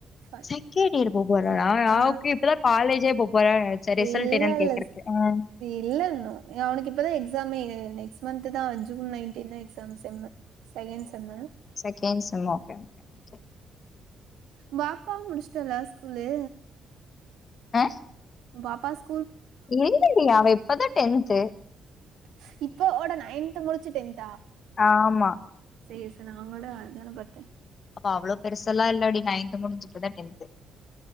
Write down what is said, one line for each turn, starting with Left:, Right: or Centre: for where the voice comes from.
Right: ஆ
Left: செகண்ட் இயர் போ போறாரா
Right: இ ஆ
Left: ஓகே இப்பதா காலேஜே போ போறாரு சரி ரிசல்ட்
Right: இல்லல்ல
Left: என்னன்னு கேக்குறக்கு ஆ
Right: இல்ல அவனுக்கு இப்பதா எக்ஸாமே நெக்ஸ்ட் மந்த்துதா June nineteen exam sem செகேன் sem
Left: second sem okay okay
Right: வாப்பாவும் முடிச்சுட்டலா ஸ்கூல்லு
Left: ஆஹாங்
Right: வாபஸ்
Left: எங்க இங்க அவ இப்பதான் டென்த்து
Right: ஸ் இப்போட நையன்த் முடிச்சு டென்த்
Left: ஆமா
Right: செய்ய சொன்னாங்க அவங்களோட அதானே பாத்தேன்
Left: அப்ப அவ்ளோ பெருசல்லா இல்லடி நைன்த் <unintelligible> முடிஞ்சுட்டுதா டென்த்து